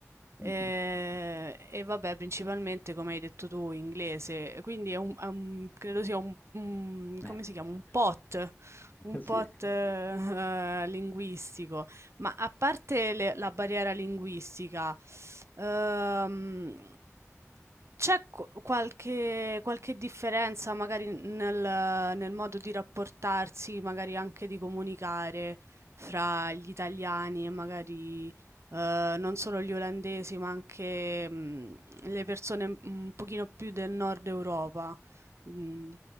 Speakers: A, on the left; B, on the right.
A: Mhm.
B: eh, e vabbè, principalmente come hai detto tu, inglese, quindi è un, è un- credo sia un, un-
A: <laughs>
B: come si chiama? Un pot. Un
A: Sì.
B: pot, eh, <laughs> linguistico, ma a parte le- la barriera linguistica, ehm, c'è qu- qualche, qualche differenza magari nel, nel modo di rapportarsi, magari anche di comunicare fra gli italiani e magari eh, non solo gli olandesi, ma anche mm, le persone mm, un pochino più del nord Europa? Mm.